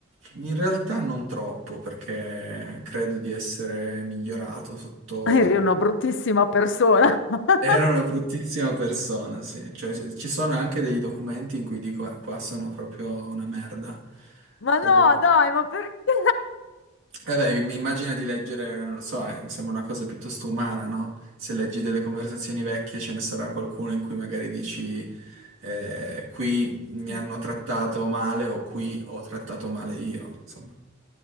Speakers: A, on the right; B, on the left.
A: in realtà non troppo, perché credo di essere migliorato sotto...
B: <laughs> Eri una bruttissima persona. <laughs>
A: Era una bruttissima persona, sì. Cioè, ci ci sono anche dei documenti in cui dico, "Ah, qua sono proprio una merda.
B: Ma
A: Quello...
B: no, dai, ma perché?
A: Eh beh, mi- immagina di leggere, non lo so, eh, mi sembra una cosa piuttosto umana, no? Se leggi delle conversazioni vecchie ce ne sarà qualcuno in cui magari dici, eh, qui mi
B: <laughs>
A: hanno trattato male o qui ho trattato male io, insomma.